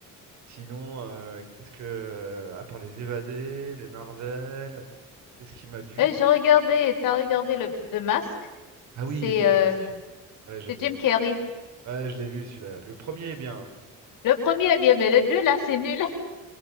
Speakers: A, on the right (about 55°); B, on the left (about 80°).
A: Sinon, euh, qu'est-ce que, à part les évadés, les Marvel, qu'est-ce qui m'a d'une?
B: Et j'ai regardé, t'as regardé le The Mask?
A: Ah
B: C'est
A: oui, Is the
B: euh,
A: Mask. Ouais, j'ai
B: c'est
A: vu.
B: Jim Carrey.
A: Ouais, je l'ai vu celui-là. Le premier est bien. hein.
B: Le premier est bien, mais le deux, là, c'est nul. <laughs>